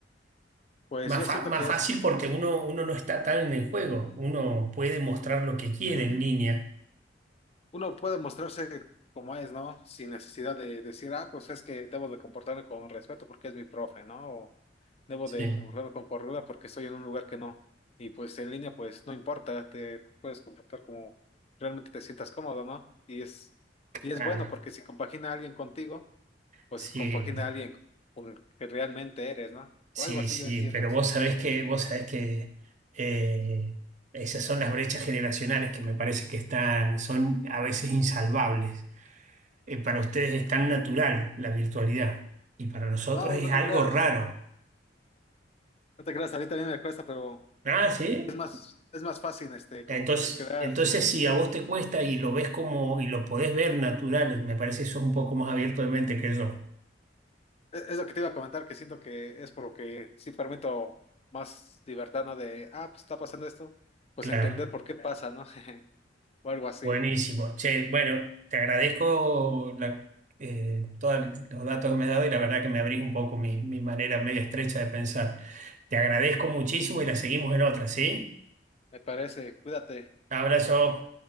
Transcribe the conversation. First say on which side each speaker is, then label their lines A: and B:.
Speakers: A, on the left (about 35°); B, on the right (about 45°).
A: Pues
B: Más,
A: yo
B: fa-
A: siento
B: más
A: que
B: fácil
A: es
B: porque uno, uno no está tan en el juego. Uno puede mostrar lo que quiere en línea.
A: uno puede mostrarse como es, ¿no? Sin necesidad de decir, ah, pues es que debo de comportarme con respeto porque es mi profe, ¿no? O debo
B: Sí.
A: de comportarme con cordura porque estoy en un lugar que no. Y pues en línea, pues no importa, te puedes comportar como realmente te sientas cómodo, ¿no? Y es, y es
B: Ah,
A: bueno
B: no.
A: porque si compagina a alguien contigo, pues
B: Sí.
A: compagina a alguien con el que realmente eres, ¿no?
B: Sí,
A: O algo así
B: sí,
A: yo entiendo.
B: pero vos sabés que, vos sabés que eh, esas son las brechas generacionales que me parece que están, son a veces insalvables. Eh, para ustedes es tan natural la virtualidad y para nosotros
A: No,
B: es
A: no
B: algo
A: te creas,
B: raro.
A: no te creas, a mí también me cuesta, pero
B: Ah, sí.
A: es más, es más fácil, este, como
B: Entonces,
A: que crear
B: entonces si a vos te cuesta y lo ves como, y lo podés ver natural, me parece que sos un poco más abierto de mente que yo.
A: Es es lo que te iba a comentar, que siento que es por lo que sí permito más libertad, ¿no? De, ah, pues está pasando esto, pues
B: Claro.
A: entender por qué pasa, ¿no? <laughs> O algo así.
B: Buenísimo. Che, bueno, te agradezco la- eh, todos los datos que me has dado y la verdad que me abrís un poco mi, mi manera media estrecha de pensar. Te agradezco muchísimo y la seguimos en otra, ¿sí?
A: Me parece, cuídate.
B: Abrazo.